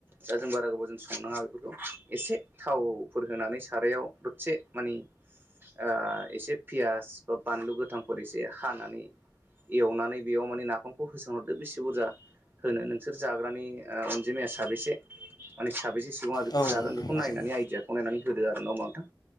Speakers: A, on the right (about 25°); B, on the left (about 60°).
A: दा जों बारा गोबाव जों संनाङा बेफोरखौ एसे थावफोर होनानै सारायाव दरसे माने ओ एसे पियास बा बानलु गोथांफोर एसे हानानै एवनानै बेयाव माने नाफामखौ होसनहरदो बेसे बुरजा होनो नोंसोर जाग्रानि ओ अनजिमाया साबैसे माने साबैसे सुंबुं बेखौ
B: औ
A: जागोन
B: नोंथां
A: बेखौ
B: थारैनो
A: नायनानै आइडियाखौ नायनानै होदो आरो नङा होमबा नोंथां